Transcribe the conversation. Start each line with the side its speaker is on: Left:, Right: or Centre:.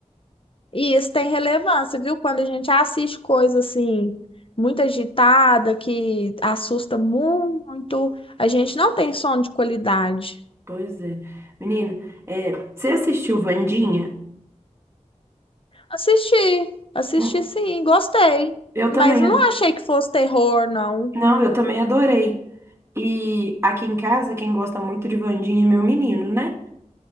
Left: E isso tem relevância, viu? Quando a gente assiste coisa assim, muito agitada, que assusta muito, a gente não tem sono de qualidade.
Right: Pois é. Menina, é, você assistiu Wandinha?
Left: Assisti, assisti
Right: Hum,
Left: sim, gostei.
Right: Eu
Left: Mas
Right: também.
Left: não
Right: ad-
Left: achei que fosse terror, não.
Right: Não, eu também adorei. E aqui em casa, quem gosta muito de Wandinha é meu menino, né?